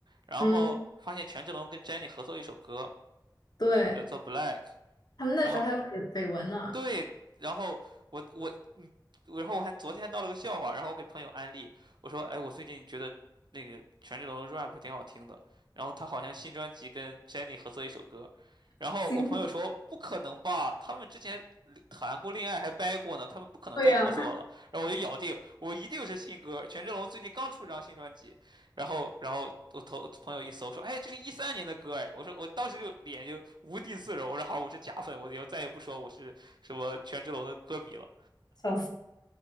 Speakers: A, on the right (about 70°); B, on the left (about 60°).
A: 然后发现权志龙跟
B: 嗯，
A: Jennie 合作一首歌
B: 对，
A: 叫做《Black》，
B: 他们那时候还有绯绯闻呢。
A: 然后对，然后我我嗯，然后我还昨天闹了个笑话，然后我给朋友安利，我说，哎，我最近觉得那个权志龙的 rap 挺好听的，然后他好像新专辑跟 Jennie 合作一首歌，然后我朋友说不可能吧，
B: 行，
A: 他们之前谈过恋爱还掰过呢，他们不可能再合作了，
B: 对呀、
A: 然后我就咬定我一定是新歌，权志龙最近刚出一张新专辑，然后然后我头朋友一搜说，哎，这是一三年的歌哎，我说我当时就脸就无地自容，我说好，我是假粉，我以后再也不说我是。什么权志龙的歌迷了。
B: 笑死。